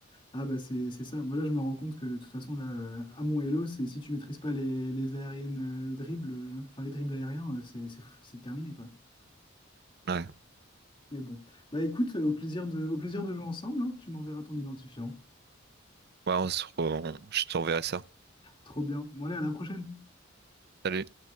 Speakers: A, on the left (about 25°); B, on the right (about 55°).
A: Ah bah c'est c'est ça. Moi là je me rends compte que de toute façon là euh, à mon Hello, c'est si tu maîtrises pas les, les aériennes euh, dribbles, euh, enfin les dribbles aériens, euh, c'est c'est- c'est terminé quoi.
B: Ouais,
A: Mais bon. Bah écoute, euh, au plaisir de, au plaisir de jouer ensemble, hein. tu m'enverras ton identifiant.
B: ouais, on se re- on- je t'enverrai ça.
A: Trop bien. Bon allez, à la prochaine.
B: Salut.